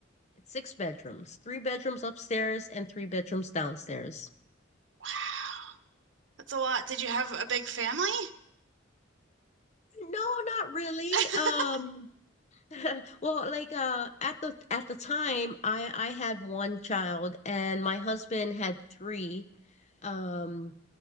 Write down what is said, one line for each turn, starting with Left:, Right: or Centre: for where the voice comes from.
Left: It's six bedrooms, three bedrooms upstairs and three bedrooms downstairs.
Right: Wow, that's a lot. Did you have a big family?
Left: No, not really.
Right: <laughs>
Left: Um, <laughs> well, like uh at the at the time I I had one child and my husband had three. um